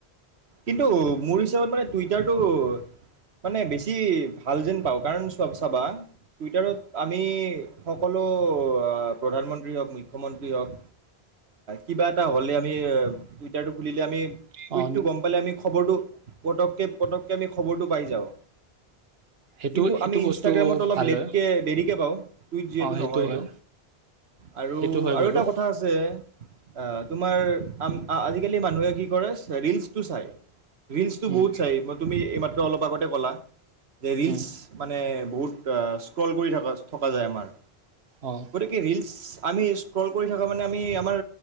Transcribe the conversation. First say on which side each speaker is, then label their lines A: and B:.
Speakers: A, on the right; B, on the right.
A: কিন্তু মোৰ হিচাপত মানে টুইটাৰটো মানে বেছি ভাল যেন পাওঁ কাৰণ চাবা টুইটাৰত আমি সকলো প্ৰধানমন্ত্ৰী হওঁক মুখ্যমন্ত্ৰী হওক কিবা এটা হ'লে আমি টুইটাৰটো খুলিলে আমি
B: অ
A: টো গম পালে আমি খবৰটো পটককৈ পটককৈ আমি খবৰটো পাই যাওঁ
B: সেইটো
A: কিন্তু
B: সেইটো
A: আমি ইনষ্টাগ্ৰামত
B: বস্তু
A: অলপ
B: ভাল
A: লেটকে
B: হয়
A: দেৰিকে পাওঁ টুইট যিহেতু
B: অঁ সেইটো
A: নহয় এইটো
B: হয়
A: আৰু
B: সেইটো হয়
A: আৰু
B: বাৰু
A: এটা কথা আছে অ তোমাৰ আজিকালি মানুহে কি কৰে ৰিলচ তটো চাই ৰিলচটো
B: উম,
A: বহুত চাই মই তুমি এইমাত্ৰ অলপ আগতে ক'লা যে ৰিলচ
B: উম,
A: মানে বহুত স্ক্ৰল কৰি থ থকা যায় আমাৰ
B: অঁ
A: গতিকে ৰিলচ আমি স্ক্ৰল কৰি থকা মানে আমি আমাৰ